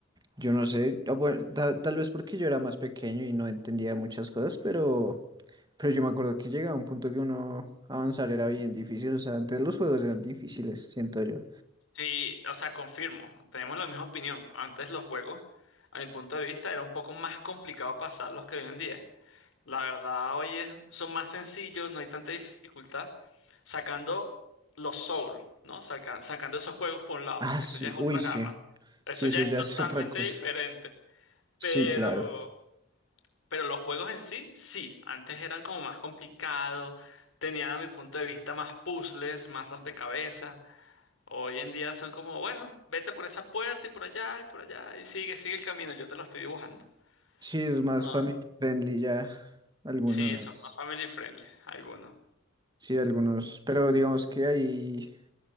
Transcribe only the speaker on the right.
Yo no sé, ah, bueno, ta- tal vez porque yo era más pequeño y no entendía muchas cosas, pero, pero yo me acuerdo que llegaba un punto que uno avanzar era bien difícil, o sea, antes los juegos eran difíciles, siento yo.
Ah,
sí,
uy, sí,
sí,
eso
ya
es <laughs> otra cosa.
Sí,
claro.
Sí, es más
family friendly ya algunas,
sí, algunos, pero digamos que ahí